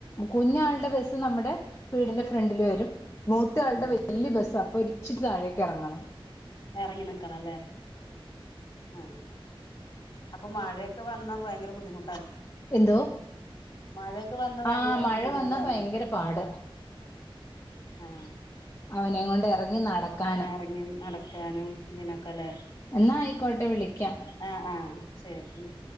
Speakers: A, on the left; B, on the left.
A: കുഞ്ഞാളുടെ ബസ്സ് നമ്മുടെ വീടിന്റെ ഫ്രണ്ടില് വരും മൂത്ത ആളുടെ
B: ഉം
A: വല്ല്യ ബസ്സാ അപ്പൊ ഒരിച്ചിരി താഴേക്കിറങ്ങണം
B: ഇറങ്ങി നിക്കണല്ലേ ആ അപ്പൊ മഴയൊക്കെ വന്നാ ഭയങ്കര ബുദ്ധിമു
A: എന്തോ
B: മഴയൊക്കെ വന്നാ ഭയങ്കര
A: ആഹ് മഴ
B: ബുദ്ധിമുട്ടാല്ലേ
A: വന്നാ ഭയങ്കര പാട്
B: ആ
A: അവനേം കൊണ്ട് എറങ്ങി നടക്കാന്
B: എറങ്ങി നടക്ക ക്കാനും ഇതിനൊക്കെല്ലേ
A: എന്നാ ആയിക്കോട്ടെ വിളിക്കാം
B: ആ ആ ആ ശരി ഉം